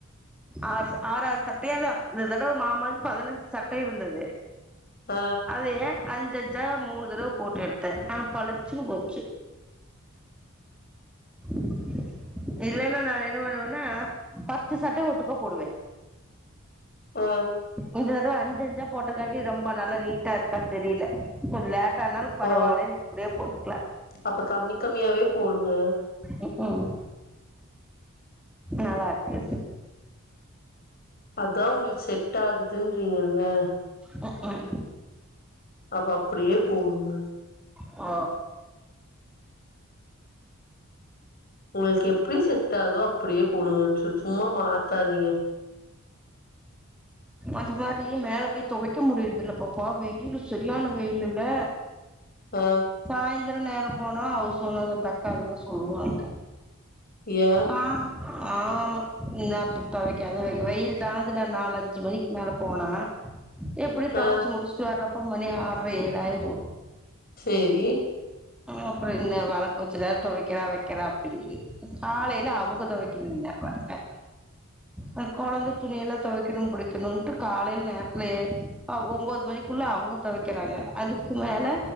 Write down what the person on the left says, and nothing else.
ஆ
<inaudible>
ஆ
ஓ
அப்ப கம்மி கம்மியாவே போடுங்க
அதா ஒங்களுக்கு செட் ஆகுதுன்றீங்கல்ல
அப்ப அப்டியே போடுங்க
உங்களுக்கு எப்டி செட் ஆதோ அப்டியே போடுங்க சும்மா மாத்தாதீங்க
ஆ
ஏ
ஆ
சேரி